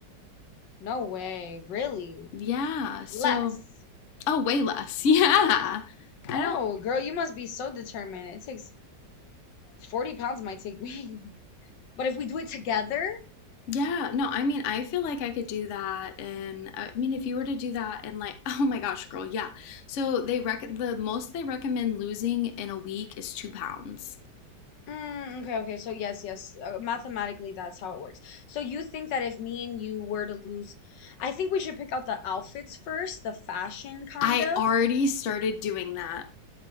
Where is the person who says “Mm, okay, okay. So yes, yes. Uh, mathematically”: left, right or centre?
Left